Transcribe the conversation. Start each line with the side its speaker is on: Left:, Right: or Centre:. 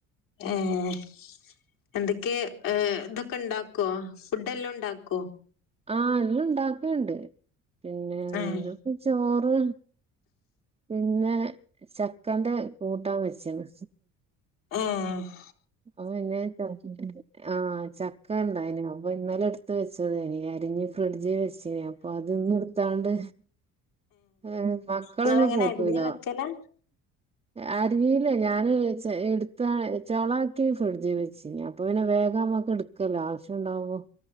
Left: ഏഹ് എന്തൊക്കെ ഇതൊക്കെണ്ടാക്കുവോ ഫുഡെല്ലും ഇണ്ടാക്കോ?
Right: ആഹ് എല്ലും ഇണ്ടാക്കേണ്ട് പിന്നെ
Left: ഏഹ്
Right: ചോറ് പിന്നെ ചക്കൻ്റെ കൂട്ടാം വെച്ച്ണ്
Left: ഏഹേ
Right: അപ്പോ പിന്നെ ഇണ്ടാക്കിട്ടില്ല ആഹ് ചക്കെണ്ടായിന് അപ്പഹ് ഇന്നലെട്ത്ത് വെച്ചതേനി എരിഞ് ഫ്രിഡ്ജ് വെച്ചേ നി അപ്പൊ അത് ന്ന്ട്ത്താണ്ട് ഏഹ് മക്കളൊന്നും
Left: ഇങ്ങളങ്ങനെ
Right: കൂട്ടൂല
Left: അരിഞ്ഞ് വെക്കലാ?
Right: അരീല്ല ഞാന് ചെ എട്ത്താ ചൊളൊ ട്‌ക്കെ ഫ്രിഡ്ജ് വെച്ചിനിയെ അപ്പൊ പിന്നെ വേഗമ്മക്ക് എടുക്കല്ലോ? ആവ്ശ്യംണ്ടാവുമ്പോ